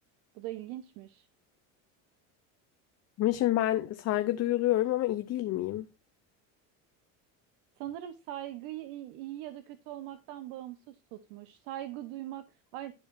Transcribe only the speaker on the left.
Ama Şimdi ben saygı duyuluyorum ama iyi değil miyim?